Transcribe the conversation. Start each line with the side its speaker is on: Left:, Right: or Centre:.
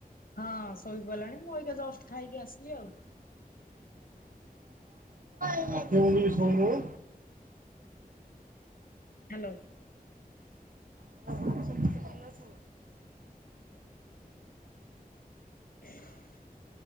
Left: ହଁ ଶୋଇ-ପଇଲାଣି ମୁଁ ଏଇକା ଜଷ୍ଟ ଖାଇକି ଆସିଲି ଆଉ।
Right: ଆ କୁ ନେଅ ଟିକେ ଶୋଉନୁୁବେ।
Left: ହ୍ୟାଲୋ।
Right: ହ।
Left: ହ